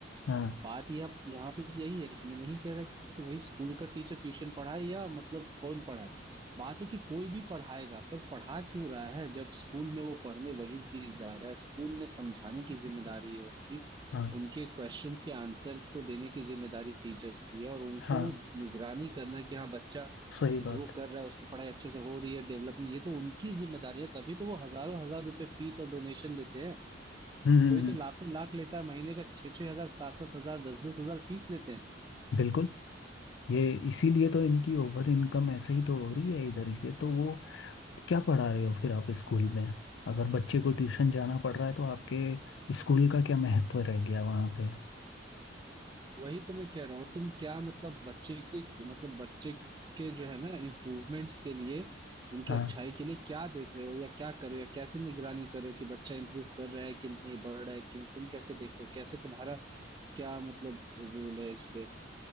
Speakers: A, on the left; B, on the right.
A: हाँ
B: बात यह यहाँ पे यही है कि मैं नहीं कह रहा कि वही स्कूल का टीचर ट्यूशन पढ़ाए या मतलब कौन पढ़ाए बात है कि कोई भी पढ़ाएगा पर पढ़ा क्यों रहा है जब स्कूल में वो पढ़ने वही चीज जा रहा है स्कूल में समझाने की जिम्मेदारी है उनकी
A: हाँ
B: उनके क्वेश्चंस के आंसर को देने की जिम्मेदारी टीचर्स की है और उनको
A: हाँ
B: निगरानी करना कि हाँ बच्चा
A: सही बात
B: ग्रो कर रहा है उसकी पढ़ाई अच्छे से हो रही है डेवलपमेंट ये तो उनकी जिम्मेदारी है तभी तो वो हजारों हजार रुपए फीस और डोनेशन लेते हैं
A: हम्म हम्म,
B: कोई तो
A: हम्म,
B: लाखों लाख लेता है महीने का छह छह हजार सात सात हजार दस दस हजार फीस लेते हैं
A: बिल्कुल ये इसीलिए तो इनकी ओवर इनकम ऐसे ही तो हो रही है इधर ही से तो वो क्या पढ़ा रहे हो फिर आप स्कूल में अगर बच्चे को ट्यूशन जाना पड़ रहा है तो आपके स्कूल का क्या महत्व रह गया वहाँ पे
B: वही तो मैं कह रहा हूँ और तुम क्या मतलब बच्चे के मतलब बच्चे के जो है ना इम्प्रूवमेंट्स के लिए उनकी
A: हाँ
B: अच्छाई के लिए क्या देख रहे हो या क्या कर रहे हो या कैसे निगरानी कर रहे हो कि बच्चा इम्प्रूव कर रहा है कि नहीं बढ़ रहा है कि नहीं? तुम कैसे देख रहे हो कैसे तुम्हारा क्या मतलब रोल है इस पे